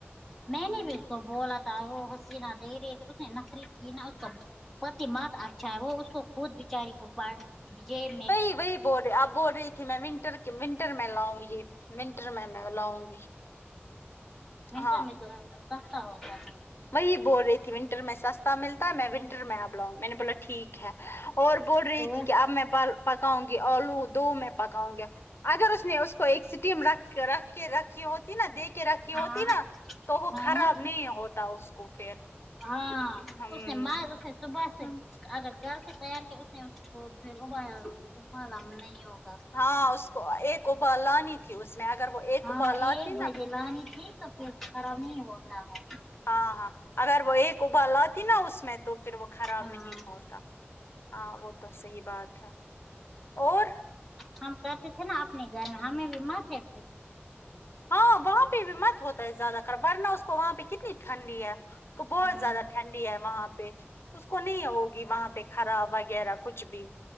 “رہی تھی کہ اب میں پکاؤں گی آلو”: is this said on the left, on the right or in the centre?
Left